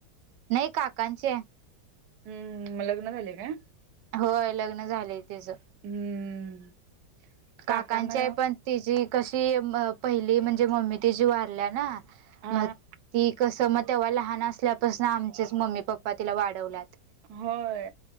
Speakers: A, on the right; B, on the right.
A: नाही काकांचे आहे.
B: हम्म मग लग्न झाले आहे का?
A: होय लग्न झालंय तेच.
B: हम्म.
A: काकांची
B: काकांना
A: आहे पण तिची कशी म पहिली म्हणजे मम्मी तिची वारल्या ना.
B: हा
A: मग. ती कसं मग तेव्हा लहान असल्यापासून आमचेच मम्मी पप्पा तिला वाढवल्यात.
B: होय.